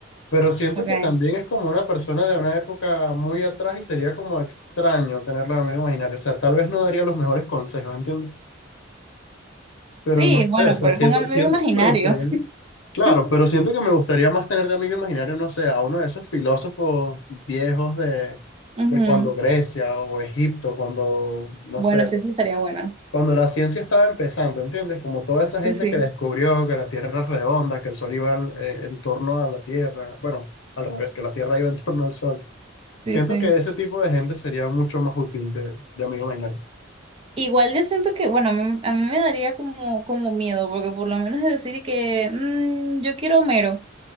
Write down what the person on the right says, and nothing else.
Okay.
Sí,
bueno,
pero
es un amigo
imaginario.
<laughs>
Ujú.
Bueno,
sí, eso estaría bueno.
Sí,
sí,
sí,
sí.
Igual yo siento que, bueno, a mí, a mí me daría como, como miedo, porque por lo menos es decir que "Mm, yo quiero Homero.